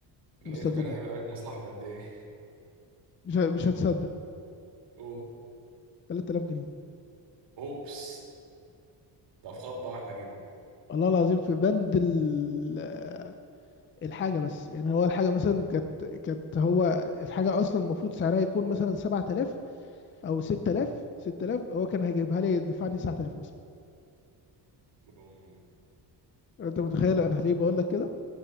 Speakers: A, on the right; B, on the left.
A: لقيته
B: مستلزمات
A: كان هيعمل عليك مصلحة بقد ايه
B: مش ه- مش هتصدق
A: أوه.
B: 3000 جنيه
A: اوبس ده في خبطة واحدة كده
B: الله العظيم في بند ال- <hesitation> الحاجه بس يعني هو الحاجه مثلا كانت كانت هو الحاجه اصلا المفروض سعرها يكون مثلا 7000 او 6000 6000 هو كان هيجيبها لي دفعني 9000 مثلا
A: بوم.
B: انت متخيل انا ليه بقول لك كده